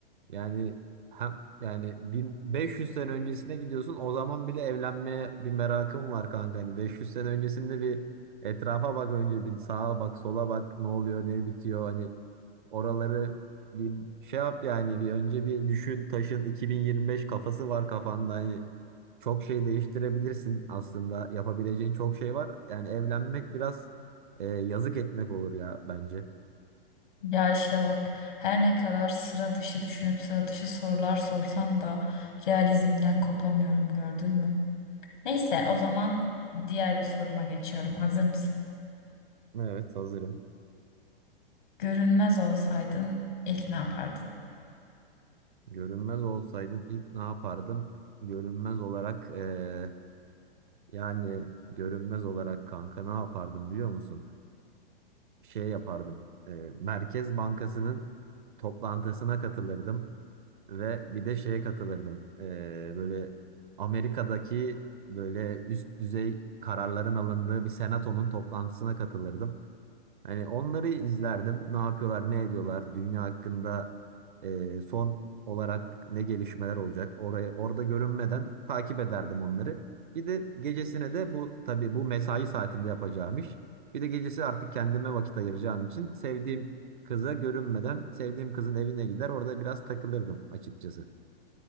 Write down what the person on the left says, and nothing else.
Ya işte bak her ne kadar sıra dışı düşünüp sıra dışı sorular sorsam da realizmden kopamıyorum gördün mü? Neyse o zaman diğer bir soruma geçiyorum. Hazır mısın?
Görünmez olsaydın ilk ne yapardın?